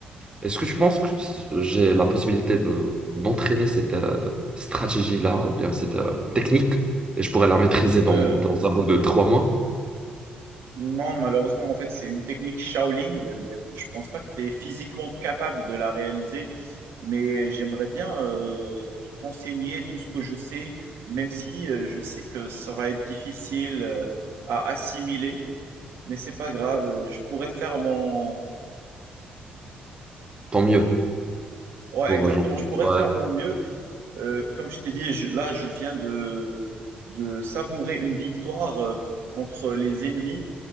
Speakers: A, on the right; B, on the right.
A: Est-ce que tu penses que j'ai la possibilité de d'entraîner cette euh, stratégie-là, ou bien cette euh, technique, et je pourrais la maîtriser dans,
B: Euh,
A: dans un bout de trois mois?
B: non, malheureusement, en fait, c'est une technique Shaolin. Euh, Du coup, je pense pas que tu es physiquement capable de la réaliser. Mais j'aimerais bien euh, t'enseigner tout ce que je sais, même si euh, je sais que ça va être difficile euh, à assimiler. Mais c'est pas grave. euh, Je pourrais faire mon.
A: Tant mieux
B: Ouais,
A: pour
B: exactement.
A: euh, genre, ouais.
B: Je pourrais faire mon mieux Euh, comme je t'ai dit, je- là, je viens de, de savourer une victoire euh, contre les ennemis